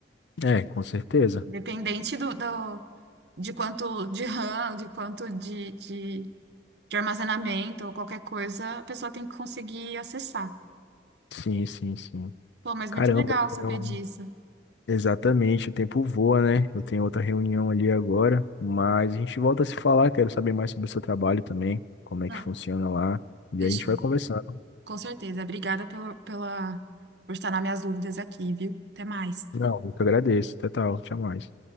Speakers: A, on the left (about 75°); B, on the right (about 65°).
A: É, com certeza.
B: Independente do, do- de quanto de RAM, de quanto de, de, de armazenamento ou qualquer coisa, a pessoa tem que conseguir acessar.
A: Sim, sim, sim.
B: Pô, mas
A: Caramba,
B: muito legal saber
A: eu tenho-
B: disso.
A: exatamente, o tempo voa, né? Eu tenho outra reunião ali agora, mas a gente volta a se falar, quero saber mais sobre o seu trabalho também, como é
B: Não,
A: que funciona lá, e
B: fechou.
A: a gente vai conversando.
B: Com certeza. Obrigada pelo, pela, por estar nas minhas dúvidas aqui, viu? Até mais.
A: Não, eu que agradeço. Até tal, tchau mais.